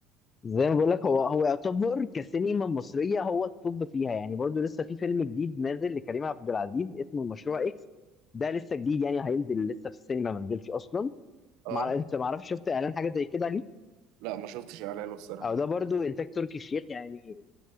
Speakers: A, on the left; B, on the right.
A: زي ما بقول لك هو هو يعتبر كسينما مصريه هو التوب فيها يعني برضه لسه في فيلم جديد نازل لكريم عبد العزيز اسمه مشروع اكس ده لسه جديد يعني هينزل لسه في السينما ما نزلش اصلا
B: اه
A: مع... انت ما اعرفش شفت اعلان حاجه زي كده ليه
B: لا ما شفتش اعلانه الصراحة
A: او ده برضو انتاج تركي الشيخ يعني